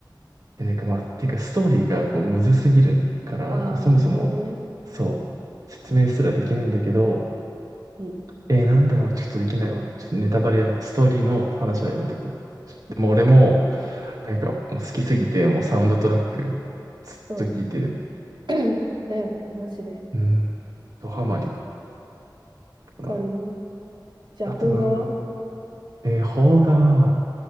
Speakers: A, on the right (about 50°); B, on the right (about 80°).
A: えなんかまあ、ていうかストーリーがこうむずすぎるから、
B: ああ、
A: こうそもそも、
B: なるほどね。
A: そう、説明すらできないんだけど、
B: うん。
A: えー、なんだろう、ちょっとできないわ。ちょっとネタバレや、ストーリーの話はやめとくわ。もう俺も、なんかもう好きすぎて、もうサウンドトラック、ずっと聴いてる。
B: うん。<clears throat> だよね、マジで。
A: うん。ドハマりかな。
B: わかるじゃあ、
A: あとなんだろう。
B: 邦画は
A: えー、邦画は、